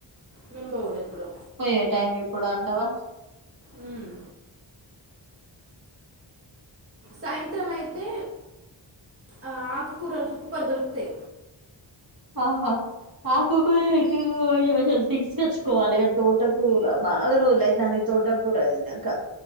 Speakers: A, on the right; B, on the right.
A: మేమ్ పోవుడు ఎప్పుడూ
B: పోయే టైం ఎప్పుడు అంటవా
A: మ్మ్ సాయంత్రం అయితే ఆ ఆకు కూరలు కుప్పల్ దొరుకుతాయ్
B: ఆహా ఆకు కూర <unintelligible> తీసుకొచ్చుకోవాలి తోటకూర బాగా రోజులైతంది తోటకూర తిన్నాక